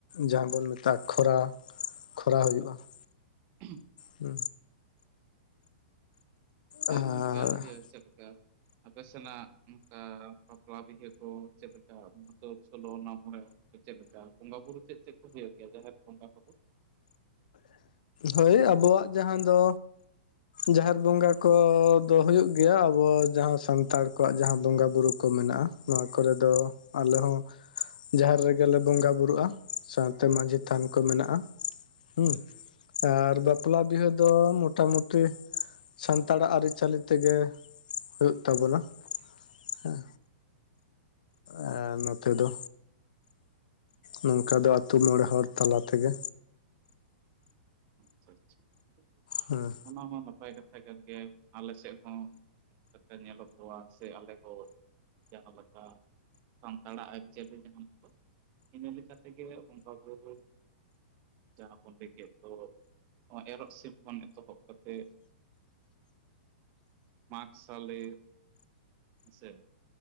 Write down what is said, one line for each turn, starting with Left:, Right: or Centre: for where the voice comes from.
Left: ᱡᱟᱦᱟᱸ ᱵᱩᱱ ᱢᱮᱛᱟᱜᱼᱟ ᱠᱷᱚᱨᱟ ᱠᱷᱚᱨᱟ ᱦᱩᱭᱩᱜᱼᱟ ᱾
Right: <unintelligible>
Left: ᱦᱩ
Right: <unintelligible>
Left: ᱟᱨ
Right: ᱤᱭᱟᱹ ᱪᱮᱫ ᱞᱮᱠᱟ ᱟᱯᱮ ᱥᱮᱱᱟᱜ ᱱᱚᱝᱠᱟ ᱵᱟᱯᱞᱟ ᱵᱤᱦᱟᱹ ᱠᱚ ᱪᱮᱫ ᱞᱮᱠᱟ <unintelligible> ᱢᱟᱜ ᱢᱚᱬᱮ ᱪᱮᱫ ᱞᱮᱠᱟ ᱵᱚᱸᱜᱟ ᱵᱩᱨᱩ ᱪᱮᱫ ᱪᱮᱫ ᱠᱚ ᱦᱩᱭᱩᱜ ᱜᱮᱭᱟ ᱡᱟᱦᱮᱨ ᱵᱚᱸᱜᱟ ᱠᱚ ᱫᱚ
Left: ᱦᱳᱭ ᱟᱵᱚᱣᱟᱜ ᱡᱟᱦᱟᱸ ᱫᱚ ᱡᱟᱦᱮᱨ ᱵᱚᱸᱜᱟ ᱠᱚᱫᱚ ᱦᱩᱭᱩᱜ ᱜᱮᱭᱟ ᱟᱵᱚ ᱡᱟᱦᱟᱸ ᱥᱟᱱᱛᱟᱲ ᱠᱚᱣᱟᱜ ᱡᱟᱦᱟᱸ ᱵᱚᱸᱜᱟ ᱵᱩᱨᱩ ᱠᱚ ᱢᱮᱱᱟᱜᱼᱟ ᱾ ᱱᱚᱣᱟ ᱠᱚᱨᱮ ᱫᱚ ᱟᱞᱮ ᱦᱚᱸ ᱡᱟᱦᱮᱨ ᱨᱮᱜᱮᱞᱮ ᱵᱚᱸᱜᱟ ᱵᱩᱨᱩᱜᱼᱟ ᱾ ᱥᱟᱶᱛᱮ ᱢᱟᱺᱡᱷᱤ ᱛᱷᱟᱱ ᱠᱚ ᱢᱮᱱᱟᱜᱼᱟ ᱾ ᱦᱮᱸ
Right: ᱟᱪᱪᱷᱟ
Left: ᱟᱨ ᱵᱟᱯᱞᱟ ᱵᱤᱦᱟᱹ ᱫᱚ ᱢᱚᱴᱟ ᱢᱩᱴᱤ ᱥᱟᱱᱛᱟᱲᱟᱜ ᱟᱹᱨᱤᱪᱟᱹᱞᱤ ᱛᱮᱜᱮ ᱦᱩᱭᱩᱜ ᱛᱟᱵᱚᱱᱟ ᱦᱮᱸ, ᱟ ᱱᱚᱛᱮ ᱫᱚ ᱱᱚᱝᱠᱟ ᱫᱚ ᱟᱛᱳ ᱢᱚᱲᱮ ᱦᱚᱲ ᱛᱟᱞᱟ ᱛᱮᱜᱮ
Right: <unintelligible>
Left: ᱦᱮᱸ
Right: ᱚᱱᱟ ᱢᱟ ᱦᱚᱸ ᱱᱟᱯᱟᱭ ᱠᱟᱛᱷᱟ ᱠᱟᱱ ᱜᱮᱭᱟ ᱟᱞᱮ ᱥᱮᱫ ᱦᱚᱸ ᱞᱮᱠᱟ ᱧᱮᱞᱚᱜ ᱠᱚᱣᱟ ᱥᱮ ᱟᱞᱮ ᱦᱚᱸ ᱡᱟᱦᱟᱸ ᱞᱮᱠᱟ ᱥᱟᱱᱛᱟᱲᱟᱜ ᱟᱹᱨᱤᱪᱟᱹᱞᱤ ᱡᱟᱦᱟᱸ ᱞᱮᱠᱟ ᱤᱱᱟᱹ ᱞᱮᱠᱟ ᱛᱮᱜᱮ ᱵᱚᱸᱜᱟ ᱵᱩᱨᱩ ᱡᱟᱦᱟᱸ ᱵᱚᱱ ᱞᱟᱹᱭ ᱠᱮᱫ ᱫᱚ ᱮᱨᱚᱜ ᱥᱤᱞ ᱠᱷᱚᱱ ᱮᱛᱚᱦᱚᱵ ᱠᱟᱛᱮᱫ ᱢᱟᱜ ᱥᱟᱞᱮ ᱦᱮᱸ ᱥᱮ